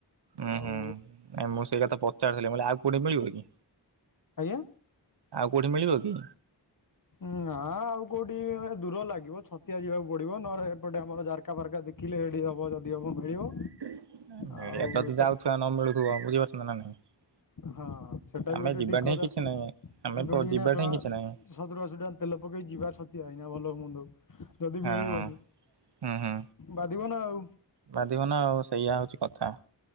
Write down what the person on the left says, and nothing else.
ଆଉ
ଆଜ୍ଞା।
ନା ଆଉ କୋଉଠି ଦୂର ଲାଗିବ ଛତିଆ ଯିବାକୁ ପଡିବ ନହଲେ ଏପଟେ ଆମର ଏକାପାର୍କା ଦେଖିଲେ ଯଦି ହେବ ମିଳିବ।
ଆଉ ଏ ତ ହଁ ସେଟା
ବି ଗଟେ
ଠିକ
କଥା
ବଡି
ନା ଟ
ସତୁରି, ଆଶି ଟଙ୍କା ତେଲ ପକେଇ ଯିବା ଛତିଆ ହେଇନା ଭଲ ହୋଇ ମନ୍ଦ ହୋଇ ଯଦି
ମିଳିବନି
ବାଧିବ ନା ଆଉ।